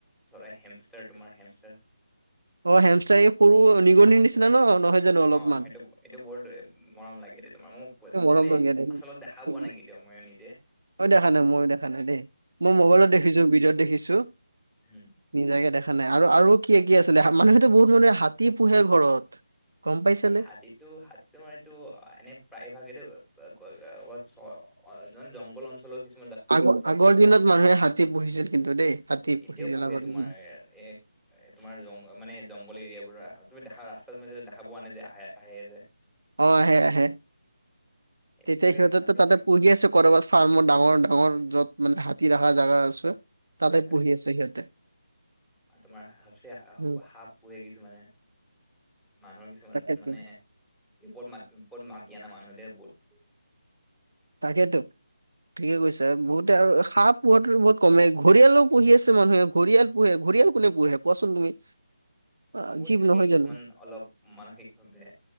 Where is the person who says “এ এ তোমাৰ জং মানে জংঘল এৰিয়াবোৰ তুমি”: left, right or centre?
Centre